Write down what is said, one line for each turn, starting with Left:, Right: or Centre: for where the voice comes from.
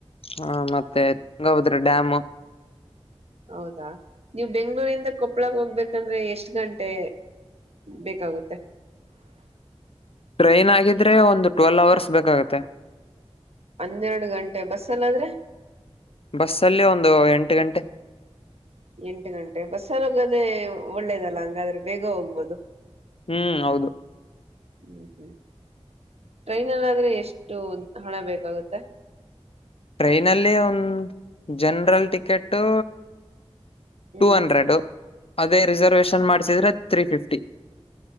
Left: ಹ ಮತ್ತೆ ತುಂಗಭದ್ರ ಡ್ಯಾಮು
Right: ಹೌದಾ ನೀವು ಬೆಂಗ್ಳೂರಿಂದ ಕೊಪ್ಪಳಗೆ ಹೋಗ್ಬೇಕಂದ್ರೆ ಎಷ್ಟ್ ಗಂಟೆ ಬೇಕಾಗುತ್ತೆ
Left: ಟ್ರೈನ್ ಆಗಿದ್ರೆ ಒಂದು ಟ್ವೆಲ್ ಅವರ್ಸ್ ಬೇಕಾಗುತ್ತೆ
Right: ಹನ್ನೆರಡು ಗಂಟೆ ಬಸ್ಲಾದ್ರೆ
Left: ಬಸ್ಸಲ್ಲಿ ಒಂದು ಎಂಟು ಗಂಟೆ
Right: ಎಂಟು ಗಂಟೆ ಬಸ್ಸಲ್ಲಿ ಹೋಗದೆೇ ಒಳ್ಳೇದಲ್ಲ ಹಂಗಾದ್ರೆ ಬೇಗ ಹೋಗ್ಬೋದು
Left: ಹ್ಮ್ ಹೌದು
Right: ಹ್ಮ್ ಹ್ಮ್ ಟ್ರೈನಲ್ಲಾದ್ರೆ ಎಷ್ಟು ಹಣ ಬೇಕಾಗುತ್ತೆ
Left: ಟ್ರೈನಲ್ಲಿ ಒಂದು ಜನರಲ್ ಟಿಕೆಟು
Right: ಹ್ಮ್
Left: ಟೂ ಹಂಡ್ರೆಡು ಅದೇ ರಿಸರ್ವೇಶನ್ ಮಾಡ್ಸಿದ್ರೆ ಥ್ರೀ ಫಿಫ್ಟಿ